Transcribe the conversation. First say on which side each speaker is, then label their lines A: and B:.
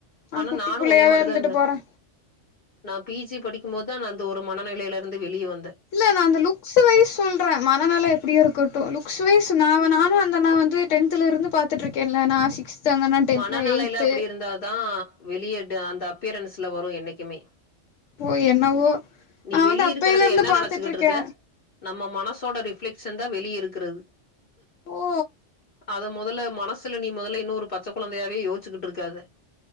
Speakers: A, on the left; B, on the left.
A: நா
B: ஆனா
A: குட்டி
B: நானு
A: புள்ளையாவே
B: உன்னைய மாரிதா
A: இருந்துட்டு
B: இருந்த
A: போறே
B: நா பி ஜி படிக்கும் போது தா நா அந்த ஒரு மனநெலையிலிருந்து வெளிய வந்
A: இல்ல நா அந்த லுக்ஸ் வைய்ஸ் சொல்ற மனநெல எப்டியோ இருக்கட் டு லுக்ஸ் வைய்ஸ் நா வ நானு அந்த அண்ணா வந்து டென்த்துல இருந்து பாத்துட்ருக்கேல நா சிக்ஸ்த் அந்தனா டென்த்
B: மனநெலையில
A: எய்த்து
B: அப்டி இருந்தாதா வெளி எடு அந்த அப்பியரன்ஸ்ல வரும் என்னைக்குமே
A: ஓ என்னவோ
B: நீ
A: நா
B: வெளிய
A: வந்து அப்பையில
B: இருக்கிறத
A: இருந்து
B: என்ன
A: பாத்துட்ருக்கே
B: நினச்சுக்கிட்டு இருக்க நம்ம மனசோட ரிஃப்ளக்க்ஷ் செந்தா வெளிய இருக்கிறது
A: ஓ
B: அத முதல்ல மனசுல நீ முதல்ல இன்னொரு பச்சை குழந்தையாவே யோச்சுக்கிட்டு இருக்காத